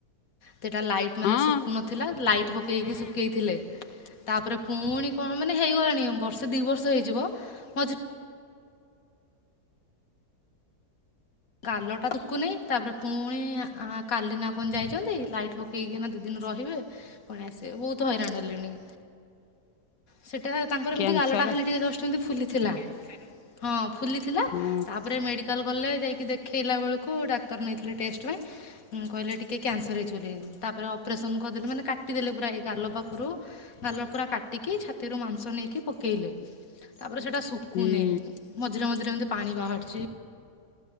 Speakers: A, on the left (about 60°); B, on the left (about 80°).
A: ସେଟା ଲାଇଟ୍,
B: ହଁ
A: ମାନେ ଶୁଖୁ ନଥିଲା। ଲାଇଟ୍ ଟ ପକେଇକି ଶୁଖେଇଥିଲେ। ତାପରେ ପୁଣି କଣ? ମାନେ ହେଇଗଲାଣି। ବର୍ଷେ ଦି ବର୍ଷ ହେଇଯିବ। ମଝିରେ ଗାଲ ଟାଶୁକୁନେଇ। ତାପରେ ପୁଣି କାଲିନା କନ, ଯାଇଛନ୍ତି। ଲାଇଟ୍ପ କେଇକିନା ହେଇକି ନା, ଦି ଦିନ ରହିବେ। ପୁଣି ଆସିବେ, ବହୁତ ହଇରାଣ ହେଲେଣି।
B: <inaudible>
A: ସେଟା। ତାଙ୍କର
B: କ୍ୟାନସର
A: ଏମିତି, ଗାଲଟା ଖାଲି ଟିକେ ଜଷ୍ଟ ଇନ୍ତି ଫୁଲିଥିଲା। ହଁ। ଫୁଲିଥିଲା।
B: ହଁ
A: ତାପରେ ମେଡିକାଲ କଲେ ଯାଇ କି ଦେଖେଇଲା ବେଳକୁ। ଡାକ୍ତର ନେଇଥିଲେ ଟେଷ୍ଟ ପାଇଁ କହିଲେ, ଟିକେ କ୍ୟାନସର ହେଇଚ ବୋଲି। ତାପରେ ଅପରେସନ କରିଦେଲେ। ମାନେ କାଟିଦେଲେ ପୁରା ଏଇ ଗାଲ ପାଖରୁ ଗାଲ ପୁରା କାଟିକି, ଛାତିରୁ ମାଂସ ନେଇକି ପକେଇଲେ। ତାପରେ ସେଟା ସୁ
B: ହୁଁ
A: କୁ ନେଇଁ। ମଝିରେ ମଝିରେ ଏମିତି ପାଣି ବାହହାରିଛି।